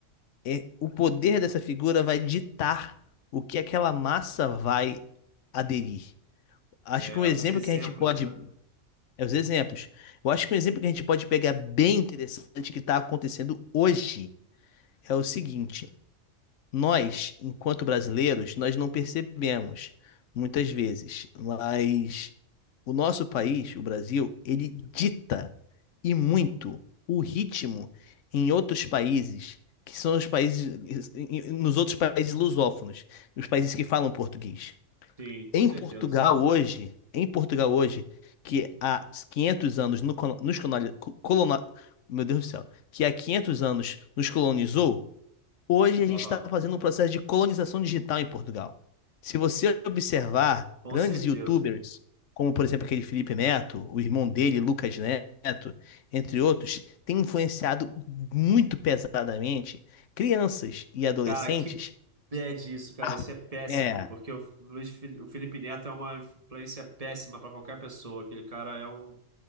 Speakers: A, on the left; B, on the right.
A: é, o poder dessa figura vai ditar o que aquela massa vai aderir. Acho
B: É,
A: que um exemplo
B: os exemplos,
A: que a gente pode.
B: né?
A: É os exemplos. Eu acho que um exemplo que a gente pode pegar bem interessante que está acontecendo hoje é o seguinte. Nós, enquanto brasileiros, nós não percebemos muitas vezes, mas o nosso país, o Brasil, ele dita e muito o ritmo em outros países, que são os países, nos outros países lusófonos, os países que falam português.
B: Sim, com
A: Em
B: certeza.
A: Portugal hoje, em Portugal hoje, que há 500 anos no, colo- nos colonizou, meu Deus do céu, que há 500 anos nos colonizou, Hoje a gente
B: Aham,
A: está fazendo um processo de colonização digital em Portugal. Se você observar
B: Com
A: grandes
B: certeza.
A: YouTubers, como por exemplo aquele Felipe Neto, o irmão dele, Lucas Neto, entre outros, tem influenciado muito pesadamente crianças e adolescentes.
B: Cara, que bad isso, cara.
A: a-
B: Isso é péssimo,
A: é,
B: porque o Luiz Fi- o Felipe Neto é uma influência péssima pra qualquer pessoa. Aquele cara é um